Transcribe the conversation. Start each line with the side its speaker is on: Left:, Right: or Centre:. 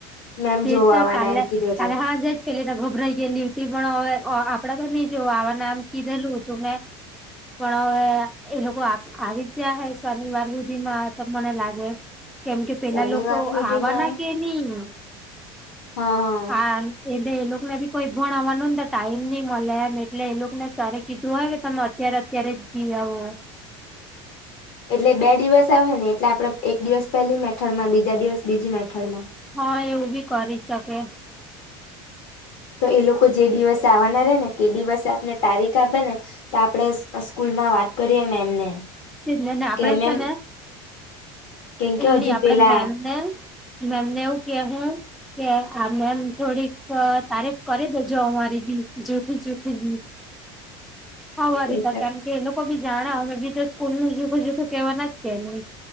Left: મેમ
Centre: તે
Left: જોવા
Centre: તો
Left: આવવાના
Centre: કાલે
Left: એમ કીધું એટલે
Centre: કાલે હાજે એટલે ત્યાં ગભરાઈ ગઈ ને ડ્યુટી પણ હવે આપડા તો નઈ જો આવા નામ કીધેલું હતું તો મે
Left: <inaudible>
Centre: પણ હવે એ લોકો આવી જ જયા હે શનિવાર હુધી માં તો મને લાગે. કેમ કે પેલા
Left: શનિવાર
Centre: લોકો
Left: સુધીમાં
Centre: આવાના કે નહી.
Left: હ
Centre: હા. એટલે એ લોકોને બી કોઈ ભણવાનું ને તો ટાઈમ નઈ મળે એમ એટલે એ લોકો ને સર કીધું હોય કે તમે અત્યારે અત્યારે જી આવો
Left: એટલે બે દિવસ આવે ને એટલે આપડે એક દિવસ પહેલી મેથડ માં બીજા દિવસ બીજી મેથડ માં.
Centre: હા, એવું બી કરી શકે.
Left: તો એ લોકો જે દિવસ આવવાના રે ને તે દિવસે આપને તારીખ આપે ને તો આપડે સ્કૂલમાં વાત કરીએ મેમને-
Centre: ને આપડે
Left: કે મેમ
Centre: છે ને
Left: કેમ કે
Centre: એમની
Left: હજુ
Centre: આપડે
Left: પેલા
Centre: મેમને- મમને એવું કે હું- કે આ મેમ થોડીક તારીફ કરી દેજો અમારી બી જૂઠી જૂઠી બી- આ રીતા
Left: એ
Centre: કારણ કે એ લોકો બી જાણે અમે બી- સ્કૂલ નું જુદુ જુદુ કેવાના જ છે એમ-